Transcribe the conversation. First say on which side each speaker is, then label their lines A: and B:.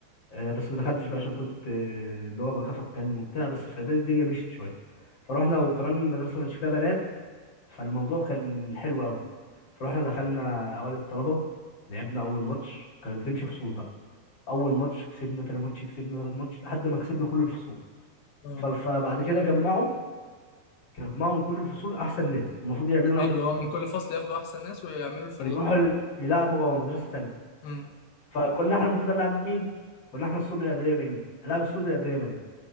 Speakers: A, on the left; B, on the left.
A: آه، بس ما دخلتش بقى عشان كنت آه، اللي هو بخاف أتكلم وبتاع بس في إعدادي الدنيا مشيت شوية فروحنا وكمان المدرسة ما كانش فيها بنات فالموضوع كان حلو أوي فروحنا دخلنا أوائل الطلبة لعبنا أول ماتش كان بتمشي فصول بقى أول ماتش كسبنا تاني ماتش كسبنا تالت ماتش لحد ما كسبنا كل الفصول
B: اه
A: فال- فبعد كده جمعوا جمعوا من كل الفصول أحسن ناس والمفروض يعملوا
B: اه
A: إيه
B: اللي هو من كل فصل ياخدوا احسن ناس ويعملوا الفريق
A: ويروحوا ال- يلعبوا اه مدرسه تانيه
B: امم
A: فكنا احنا المفروض نلعب مين؟ كنا احنا الصلب الادبيه بنين هنلعب الصلب الادبيه بنات